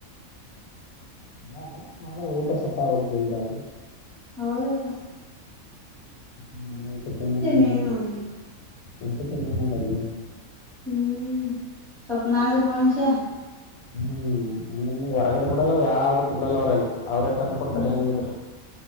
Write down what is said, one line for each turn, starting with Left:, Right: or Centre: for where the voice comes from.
Left: ಅಲ್ಲ ಆದ್ರೆ ಊಟ ಸಪಾಗೋಗದಲ್ದಗ
Centre: ಹೌದಪ್ಪ
Left: ನಿಮ್ಮ ಊಟ ತಿಿಂದನೆ ಅಲ್ಲ
Centre: ಮೇನ್ ನೋಡ್ರಿ
Left: ಊಟ ತಿಿಂದಲ್ಲ
Centre: ಹ್ಮ್ ಸಪ್ನಾ ಜ ಗುಮಸ
Left: ಹ್ಮ್ ಅಂದ್ರ ಹೊರಗಡೆ ಬಿಡಲ್ಲವ ಯಾವ್ದಕ್ ಬಿಡಲ್ಲ ಅವ್ರಲ್ಲಿ ಅವ್ರೇ ತಂದ ಕೊಡ್ತಾರೆ
Centre: ಹ್ಮ್
Left: ಏನಿದ್ರ